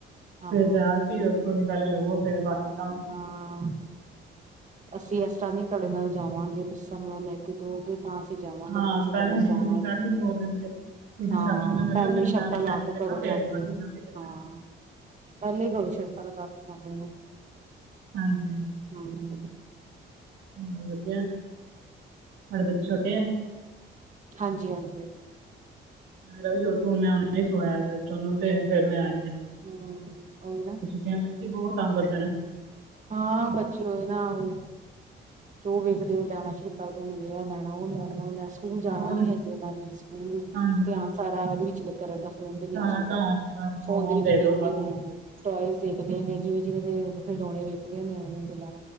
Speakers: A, on the right; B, on the right.
A: ਹਾਂ
B: ਫੇਰ ਜਾ ਕੇ ਉਥੋਂ ਦੀ ਪਹਿਲੇ ਲਵੋ ਫੇਰ ਬਾਕੀ ਤਾਂ
A: ਹਾਂ ਅਸੀਂ ਇਸ ਤਰ੍ਹਾਂ ਨੀ ਤੁਹਾੜੇ ਨਾਲ ਜਾਵਾਂਗੇ ਤੁਸੀਂ ਸਾਨੂੰ ਏਹ ਲੈ ਕੇ ਦਉਗੇ ਤਾਂ ਅਸੀਂ ਜਾਵਾਂਗੇ
B: ਹਾਂ
A: ਨੀ ਤੇ ਅਸੀਂ
B: ਪਹਿਲੇ
A: ਜਾਣਾ ਹੀ
B: ਪਹਿਲੇ
A: ਨਹੀਂ
B: ਬੋਲ ਦਿੰਦੇ ਨੇ ਤੁਸੀਂ
A: ਹਾਂ
B: ਸ਼ਾਪਿੰਗ ਕਰਨ ਚੱਲਿਓ
A: ਪਹਿਲੇ
B: ਮੈਨੂੰ
A: ਸ਼ਰਤਾਂ
B: ਇਹ ਲੈ
A: ਲਾ ਕੇ
B: ਦੇਣਾ
A: ਘਰੋਂ
B: ਫਿਰ
A: ਜਾਂਦੇ
B: ਬਾਕੀ
A: ਨੇ
B: ਸ਼ਾਪਿੰਗ ਕਰਨਾ
A: ਹਾਂ ਪਹਿਲੇ ਗਲੋ ਸ਼ਰਤਾਂ ਲਗਾ ਕੇ ਜਾਂਦੇ ਨੇ
B: ਹਾਂਜੀ
A: ਹਮ
B: ਹਾਂ ਵਧੀਆ ਤੁਹਾਡੇ ਬੱਚੇ ਛੋਟੇ ਹੈ
A: ਹਾਂਜੀ ਹਾਂਜੀ
B: ਮੇਰਾ ਵੀ ਛੋਟੂ ਹੁਣੇ ਸਵਾਇਆ ਜਨੂੰ ਤੇ ਫੇਰ ਮੈਂ ਆਈ ਹਾਂ
A: ਹਮ ਉਹੀ ਨਾ
B: <unintelligible> ਵੀ ਬਹੁਤ ਤੰਗ ਕਰਦੇ ਨੇ
A: ਹਾਂ ਬੱਚੀ ਹੋਈ ਨਾ ਹੋਈ ਜੋ ਵੇਖਦੇ ਉਹ ਲੈਣਾ ਸ਼ੁਰੂ ਕਰ ਦੇਣਗੇ ਐਹ ਲੈਣਾ ਉਹ ਲੈਣਾ ਉਹ ਲੈ ਸਕੂਲ ਜਾਣਾ
B: ਹੋਰ
A: ਨੀ ਅਜੇ ਇਹਨਾਂ ਨੇ, ਸਕੂਲ
B: ਹਾਂਜੀ
A: ਧਿਆਨ
B: ਹਾਂਜੀ
A: ਸਾਰਾ ਇਹਦੇ ਵਿੱਚ ਲਗਾ ਰਹਿੰਦਾ ਫੋਨ ਦੇ ਵਿੱਚ
B: ਸਾਰਾ
A: ਹੀ,
B: ਘਰ ਚ ਬਸ
A: ਫੋਨ ਦੇ ਵਿੱਚ ਦੇਖਦੇ
B: ਦੋ ਬਸ
A: ਨੇ
B: ਫੋਨ ਦੇ ਦੋ
A: ਟੋਇਸ ਦੇੇਖਦੇ ਨੇ ਜਿਵੇਂ- ਜਿਵੇਂ ਦੇ ਖਿਡੋਣੇ ਵੇਖਦੇ ਨੇ ਉਹਦੇ ਨਾਲ